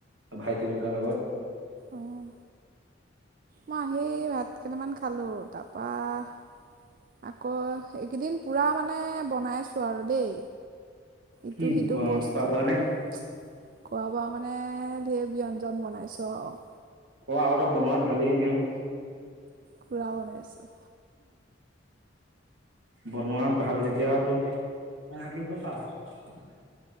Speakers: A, on the right; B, on the right.
A: ভাইটি দুটাৰ লগত।
B: অঁ মই সেই ভাত কেইটামান খালো তাৰপৰা আকৌ এইকেইদিন পুৰা মানে বনাইছোঁ আৰু দেই
A: কি
B: ইটো সিটো বস্তু
A: খোৱা বোৱা
B: খোৱা
A: নে
B: বোৱা মানে ঢেৰ ব্যয়ঞ্জন বনাইছো আৰু
A: অঁ আৰু তই বনোৱাত ভালেই এনিওঁ।।
B: কৰা বনাইছো।
A: বনোৱাত ভাল যেতিয়া। ত ক থাকিব পাওঁ